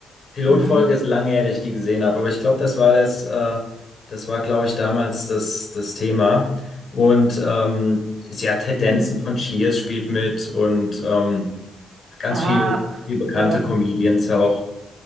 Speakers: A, on the left; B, on the right.
A: Pilotfolge
B: Mhm.
A: ist lange her, dass ich die gesehen habe, aber ich glaube, das war das, äh, das war, glaube ich, damals das, das Thema. Und ähm, ja, Ted Danson
B: Und,
A: von Cheers spielt mit und ähm, ganz
B: ach,
A: viel, viel bekannte
B: ja.
A: Comedians auch.